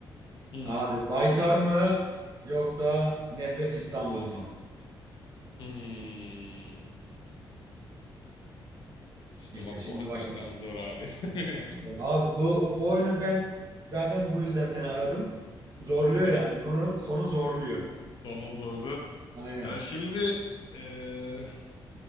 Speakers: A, on the left; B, on the right.
A: Hmm.
B: Abi Baytar mı yoksa Nefret İstanbul mu?
A: Hmm. İşte
B: İşte
A: bak
B: şimdi
A: bu hakikaten
B: başladık.
A: zor abi. <laughs>
B: Abi bu, bu oyunu ben zaten bu yüzden seni aradım. Zorluyor
A: Aha,
B: yani. Sonu, sonu zorluyor.
A: Sana zoru.
B: Aynen.
A: Ya şimdi eee,